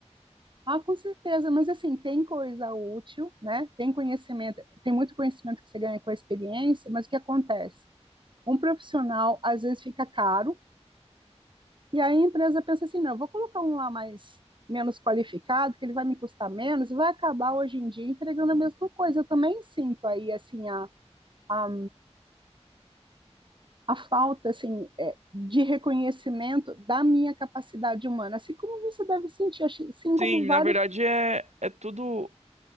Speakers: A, on the right; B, on the right.
A: ah, com certeza, mas assim, tem coisa útil, né? Tem conhecimento, tem muito conhecimento que você ganha com a experiência, mas o que acontece? Um profissional às vezes fica caro E aí a empresa pensa assim, não, eu vou colocar um lá mais menos qualificado, que ele vai me custar menos, e vai acabar hoje em dia entregando a mesma coisa. Eu também sinto aí assim a, a, a falta assim é, de reconhecimento da minha capacidade humana, assim como você deve sentir, assim
B: Sim,
A: como vários
B: na verdade é, é tudo